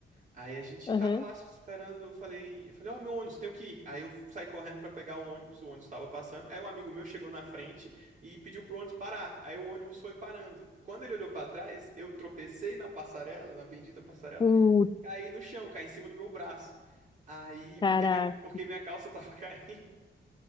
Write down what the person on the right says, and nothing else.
Aí a gente
tava lá esperando, eu falei, eu falei, ó, meu ônibus, tenho que ir. Aí eu saí correndo pra pegar o ônibus, o ônibus tava passando. Aí um amigo meu chegou na frente e pediu pro ônibus parar. Aí o ônibus foi parando. Quando ele olhou pra trás, eu tropecei na passarela, na bendita passarela,
caí no chão, caí em cima do meu braço. Aí,
porque minha, porque minha calça tava <laughs> caindo.